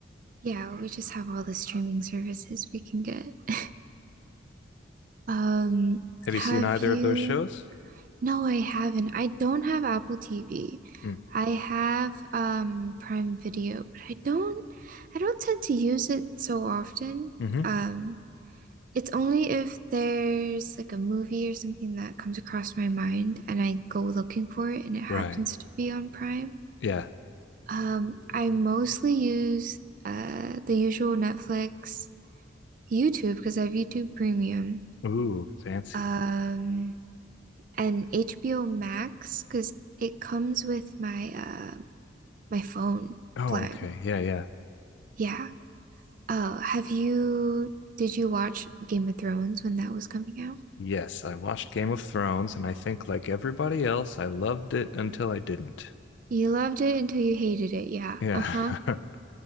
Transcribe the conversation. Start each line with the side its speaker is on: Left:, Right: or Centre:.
Right: Yeah, we just have all the streaming services we can get. <laughs> Um,
Left: Have
Right: have
Left: you seen either
Right: you?
Left: of those shows?
Right: No, I haven't. I don't have Apple TV.
Left: Mm,
Right: I have um Prime Video, but I don't I don't tend to use it so often.
Left: hmm
Right: Um, It's only if there's like a movie or something that comes across my mind and I go looking for it and it happens
Left: Right.
Right: to be on Prime.
Left: Yeah.
Right: Um, I mostly use uh the usual Netflix, YouTube because I have YouTube Premium,
Left: Ooh, fancy.
Right: um, and HBO Max because it comes with my uh my phone
Left: Oh,
Right: plan.
Left: okay. Yeah, yeah.
Right: Yeah. Oh, have you did you watch Game of Thrones when that was coming out?
Left: Yes, I watched Game of Thrones, and I think, like everybody else, I loved it until I didn't.
Right: You loved it until you hated it. Yeah.
Left: Yeah.
Right: Uh-huh.
Left: <laughs>